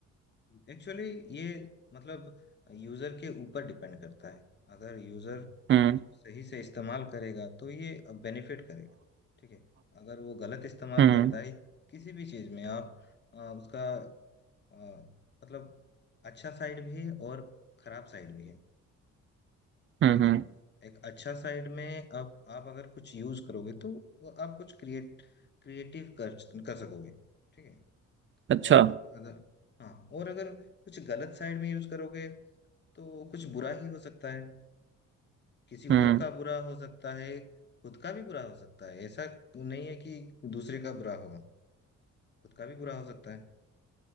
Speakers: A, on the left; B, on the right.
A: एक्चुअली ये मतलब यूजर के ऊपर डिपेंड करता है अगर यूजर
B: हम्म
A: उसको सही से इस्तेमाल करेगा तो ये बेनिफिट करेगा ठीक है अगर वो गलत इस्तेमाल
B: हम्म
A: करता है किसी भी चीज में आप आ, उसका आ, मतलब अच्छा साइड भी है और खराब साइड भी है
B: हम्म
A: ठीक
B: हम्म
A: है एक अच्छा साइड में आप आप अगर कुछ यूज करोगे तो वो आप कुछ क्रिएट क्रिएटिव कर कर सकोगे ठीक है
B: अच्छा
A: और अगर हाँ और अगर कुछ गलत साइड में यूज करोगे तो कुछ बुरा ही हो सकता है किसी
B: हम्म
A: और का बुरा हो सकता है खुद का भी बुरा हो सकता है ऐसा तो नहीं है कि दूसरे का बुरा होगा खुद का भी बुरा हो सकता है